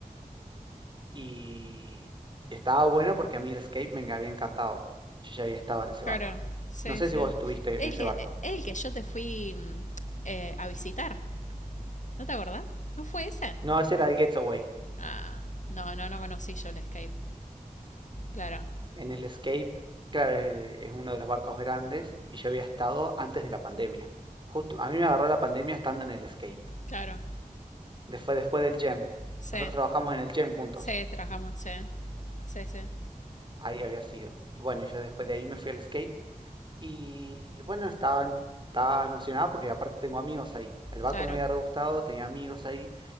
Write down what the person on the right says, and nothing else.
y, y estaba bueno porque a mí el Escape me había encantado. Yo ya había estado en ese
barco.
No sé
si vos estuviste
en ese
barco.
No, ese era el Getaway.
En el Escape, claro, es, es uno de los barcos grandes y yo había estado antes de la pandemia. Justo, a mí me agarró la pandemia estando en el Escape.
Después, después del Gem.
Nosotros trabajamos en el Gem juntos.
Ahí había sido. Y bueno, yo después de ahí me fui al Escape Y bueno, estaba, en- estaba emocionado porque aparte tengo amigos ahí. El barco
me había re gustado, tenía amigos ahí.